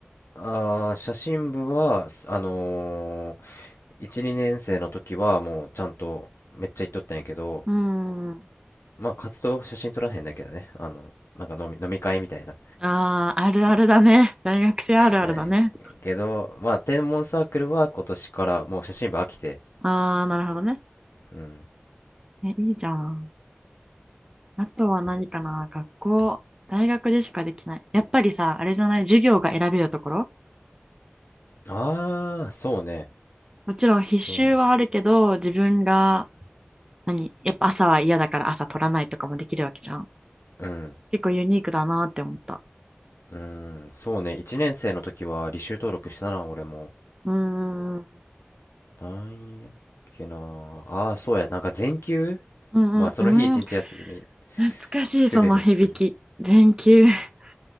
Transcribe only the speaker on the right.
うん。
ああ、あるあるだね。大学生あるあるだね。
ああ、なるほどね。
え、いいじゃん。あとは何かな、学校、大学でしかできない。やっぱりさ、あれじゃない、授業が選べるところ
もちろん必修はあるけど、
自分が、何、やっぱ朝は嫌だから朝取らないとかもできるわけじゃん。
結構ユニークだなって思った。
うーん、うん
うんうん、
懐かしいその響き。
全休。<laughs>